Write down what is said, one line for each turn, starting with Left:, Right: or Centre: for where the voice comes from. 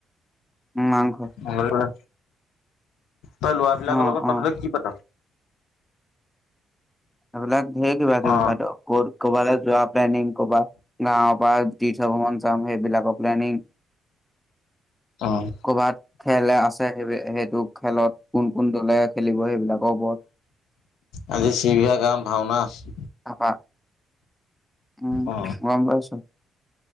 Centre: মাংস
Left: হয়। আ। তই লৰাবলাকৰ
Centre: অ
Left: লগত
Centre: অ
Left: পাতোতে কি পাত?
Centre: এইবিলাক ধঢেৰ কিবা কিবি
Left: অ
Centre: প ক'ৰবালৈ যোৱা প্লেনিিং কৰ'ৰবাত গাঁৱৰ পৰা তীৰ্থ ভ্ৰমন চাম সেইবিলাকৰ প্লেনিনং
Left: অ
Centre: কৰ'ৰবাত খেলে আছে স সেইটো! খেলত কোন কোন দলে খেলিব সেইবিলাকৰ ওপৰত
Left: আজি চি বিহা গান ভাওনা আছে।
Centre: তাপা উম
Left: অ
Centre: গম পাইছো